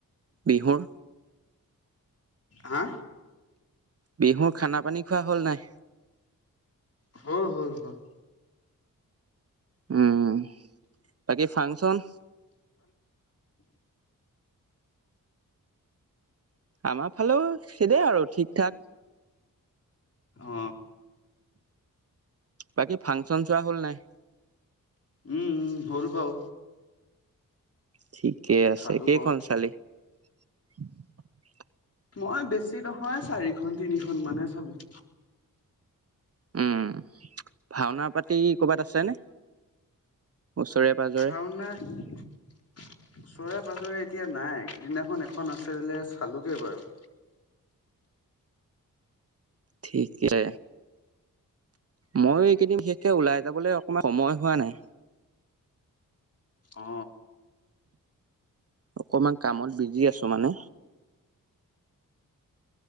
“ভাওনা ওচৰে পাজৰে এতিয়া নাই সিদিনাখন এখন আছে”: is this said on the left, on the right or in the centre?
Left